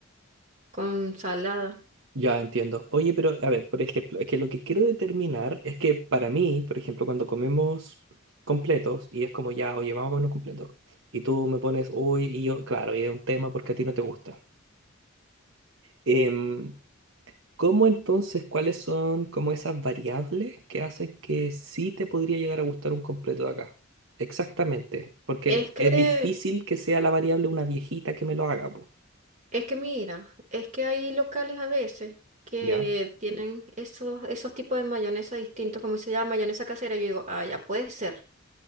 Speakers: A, on the right (about 35°); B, on the right (about 65°).
A: con salada.
B: Ya entiendo. Oye, pero a ver, por ejemplo, es que lo que quiero determinar es que para mí, por ejemplo, cuando comemos completos y es como ya, oye, vamos a comer un completo y tú me pones, uy, y yo, claro, y es un tema porque a ti no te gusta. Em, ¿cómo entonces, cuáles son como esas variables que hacen que sí te podría llegar a gustar un completo de acá? Exactamente, porque
A: Es que
B: es difícil que sea la variable una viejita que me lo haga, po,
A: Es que mira, es que hay locales a veces que
B: ¿ya?
A: tienen esos, esos tipos de mayonesa distintos, como se llama mayonesa casera, y yo digo, ah, ya puede ser.